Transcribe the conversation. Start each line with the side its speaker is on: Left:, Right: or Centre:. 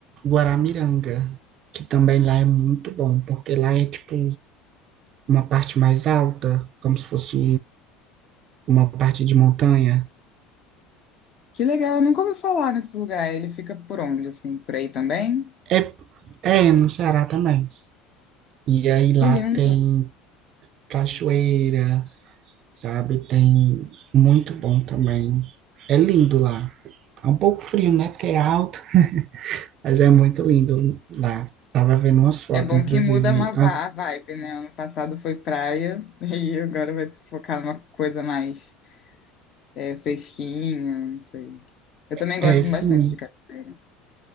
Right: Guaramiranga, que também lá é muito bom, porque lá é tipo uma parte mais alta, como se fosse uma parte de montanha.
Left: Que legal, eu nunca ouvi falar nesse lugar. Ele fica por onde, assim? Por aí também?
Right: É, é no Ceará também. E aí lá
Left: Que lindo.
Right: tem cachoeira, sabe? Tem muito bom também. É lindo lá. É um pouco frio, né? Porque é alto, mas é muito lindo lá. Tava vendo umas fotos,
Left: É bom
Right: inclusive.
Left: que muda uma va-
Right: Ah,
Left: a vibe, né? Ano passado foi praia <laughs> e agora vai se focar numa coisa mais é, fresquinha, não sei. Eu também
Right: É,
Left: gosto
Right: sim.
Left: bastante de cachoeira.